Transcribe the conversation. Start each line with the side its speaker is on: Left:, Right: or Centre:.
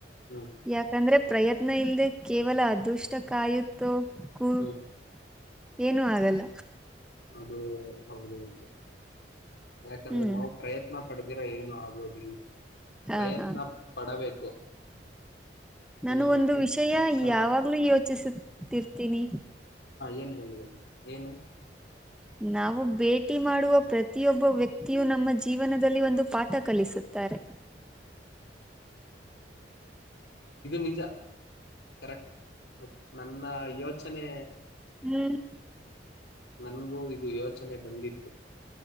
Left: ಹ್ಮ್
Centre: ಯಾಕಂದ್ರೆ. ಪ್ರಯತ್ನ ಇಲ್ದೆ ಕೇವಲ ಅದೃಷ್ಟ ಕಾಯುತ್ತೋ ಕೂ
Left: ಹ್ಮ್
Centre: ಏನು ಆಗಲ್ಲ.
Left: ಅದು ಹೌದೌದು ಯಾಕಂದ್ರೆ
Centre: ಹ್ಮ್
Left: ನಾವು ಪ್ರಯತ್ನ <unintelligible> ಪಡೆದಿರ ಏನು ಆಗೋದಿಲ್ಲ
Centre: ಹಾ
Left: ಪ್ರಯತ್ನ
Centre: ಹಾ
Left: ಪಡಬೇಕು.
Centre: ನಾನು
Left: ಇನ್ನ ಮಿಕ್ಕಿ
Centre: ಒಂದು ವಿಷಯ
Left: ಹ
Centre: ಯಾವಾಗ್ಲು ಯೋಚಿಸುತ್ತಿರ್ತೀನಿ.
Left: ಏನ್ ಹೇಳಿ ಅದು ಏನು.
Centre: ನಾವು ಭೇಟಿ ಮಾಡುವ ಪ್ರತಿಯೊಬ್ಬ ವ್ಯಕ್ತಿಯು ನಮ್ಮ ಜೀವನದಲ್ಲಿ ಒಂದು ಪಾಠ ಕಲಿಸುತ್ತಾರೆ. <inaudible>
Left: ನಿಜ ಕರೆಕ್ಟ್ ನನ್ನ ಯೋಚನೆ.
Centre: ಹ್ಮ್
Left: ನನ್ಗೂ ಇದು ಯೋಚನೆ ಬಂದಿತ್ತು.